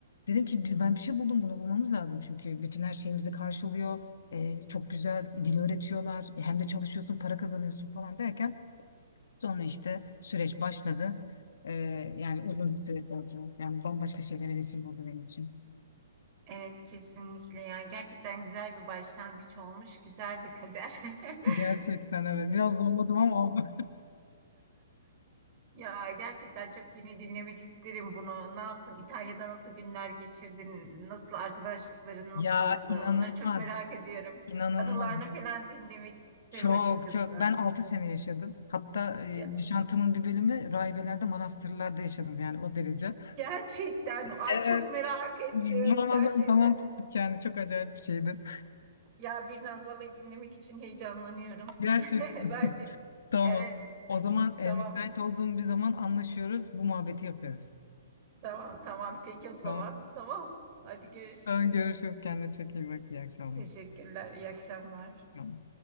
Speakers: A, on the left; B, on the right.
A: Dedim ki biz ben bir şey buldum bunu bulmamız lazım. Çünkü bütün her şeyimizi karşılıyor. E, çok güzel dil öğretiyorlar. E, Hem de çalışıyorsun para kazanıyorsun falan derken sonra işte süreç başladı. E, yani uzun bir süreç oldu. Yani bambaşka şeylere vesile oldu benim için.
B: Evet kesinlikle ya. Gerçekten güzel bir başlangıç olmuş. Güzel bir kader. <laughs>
A: Gerçekten evet. Biraz zorladım ama oldu.
B: Ya gerçekten çok yine dinlemek isterim bunu. Ne yaptın? İtalya'da nasıl günler geçirdin? Nasıl arkadaşlıkların
A: Ya
B: nasıldı?
A: inanılmaz.
B: Onları çok merak ediyorum.
A: İnanılmaz.
B: Anılarını falan dinlemek isterim
A: Çok
B: açıkçası.
A: çok. Ben 6 sene yaşadım. Hatta e, yaşantımın
B: Ge-
A: bir bölümü rahibelerde, manastırlarda yaşadım yani o derece.
B: Gerçekten mi? ay
A: Evet.
B: çok merak ettim.
A: Ramazan
B: Gerçekten
A: falan tuttuk yani çok acayip bir şeydi.
B: ya bir Vallahi dinlemek için heyecanlanıyorum.
A: Gerçekten
B: <laughs> Bence
A: tamam.
B: evet
A: O zaman e,
B: tamam.
A: müsait olduğum bir zaman anlaşıyoruz. Bu muhabbeti yapıyoruz.
B: Tamam tamam peki o zaman.
A: Tamam.
B: Tamam. Hadi görüşürüz.
A: Tamam görüşürüz. Kendine çok iyi bak. İyi akşamlar.
B: Teşekkürler. İyi akşamlar.
A: İyi akşamlar.